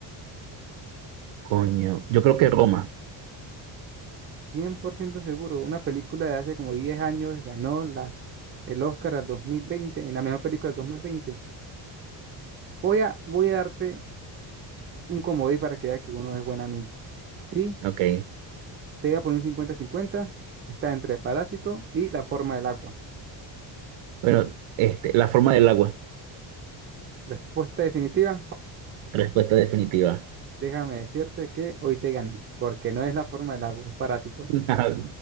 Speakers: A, on the right (about 80°); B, on the right (about 25°).
A: Coño, yo creo que Roma.
B: 100% seguro, una película de hace como 10 años ganó la, el Oscar al 2020 en la mejor película del 2020. Voy a, voy a darte un comodín para que veas que uno es buen amigo. Sí,
A: Ok.
B: te voy a poner un cincuenta cincuenta. Está entre Parásito y La forma del agua.
A: Bueno, este, la forma del agua.
B: Respuesta definitiva.
A: Respuesta definitiva.
B: Déjame decirte que hoy te gané, porque no es la forma del agua, es parásito.
A: <laughs>